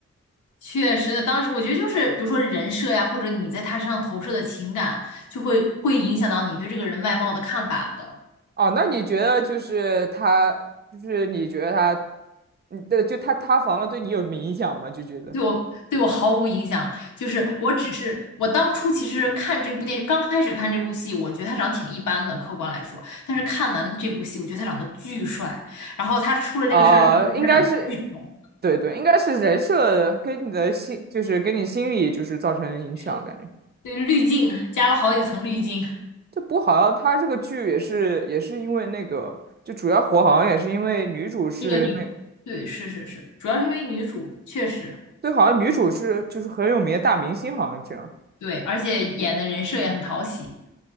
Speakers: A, on the left; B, on the right.
A: 确实，当时我觉得就是，比如说人设呀，或者你在他身上投射的情感，就会会影响到你对这个人外貌的看法的。
B: 哦，那你觉得就是他，就是你觉得他，嗯，对，就他塌房了，对你有什么影响吗？就觉得，
A: 对我对我毫无影响，就是我只是我当初其实看这部电影，刚开始看这部戏，我觉得他长得挺一般的，客观来说，但是看完这部戏，我觉得他长得巨帅，然后他出了这个事儿之后，
B: 啊，
A: 我觉得他长得巨丑，
B: 应该是，对对，应该是人设跟你的心，就是跟你心理就是造成影响，
A: 是
B: 感觉。
A: 对滤镜加了好几层滤镜，
B: 这不好像他这个剧也是也是因为那个，就主要火好像也是因为女主是那
A: 那个女，对，是是是，主要是因为女主确实。
B: 对，好像女主是就是很有名的大明星，好像这样
A: 对，而且演的人设也很讨喜，